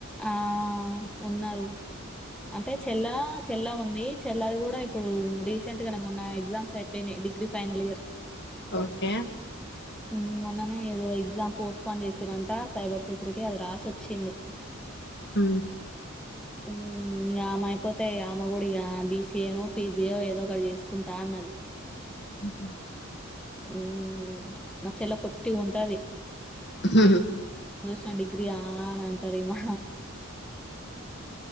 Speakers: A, in the centre; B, on the left.
A: ఆ ఉన్నరు అంటే చెల్ల చెల్ల ఉంది చెల్లది గూడా ఇప్పుడు రీసెంట్ గా మొన్న ఎగ్జామ్స్ అయిపెయినాయ్ డిగ్రీ ఫైనలియర్
B: ఓకే
A: ఊ మొన్ననే ఏదో ఎగ్జామ్ పోస్ట్పోన్ చేసిరంట సైబర్ సెక్యూరిటీ అది రాసొచ్చింది
B: ఊ
A: ఊ ఇగ ఆమ అయిపోతే ఇగ ఆమ గూడా ఇగ బిసీఏనో పీజియో ఏదో ఒకటి జేసుకుంటా అన్నది
B: ఉహు
A: ఊ మా చెల్ల పొట్టిగుంటాది
B: హ
A: నా డిగ్రీ ఆ అనంటారేమో